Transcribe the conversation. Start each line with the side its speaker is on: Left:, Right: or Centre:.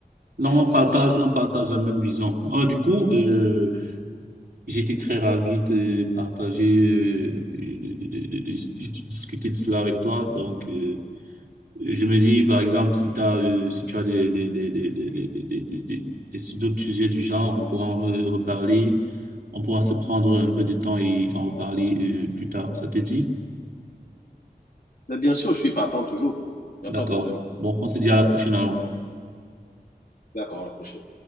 Right: Non,
Left: cette
Right: on
Left: histoire
Right: partage,
Left: de...
Right: on partage la même vision. Ah, du coup, euh, j'étais très ravi de partager, euh, de, de- de- de- de- de discuter de cela avec toi. Donc, euh, Je me dis, par exemple, si t'as, euh, si tu as des, des, des, des, des, des, des, des- des- des- d'autres sujets du genre, on pourra en re- reparler, on pourra se prendre un peu de temps et en reparler, euh, plus tard. Ça te dit?
Left: Mais bien sûr, je suis partant toujours. Il
Right: D'accord.
Left: n'y a pas de problème.
Right: Bon, on se dit à la prochaine alors.
Left: D'accord, à la prochaine.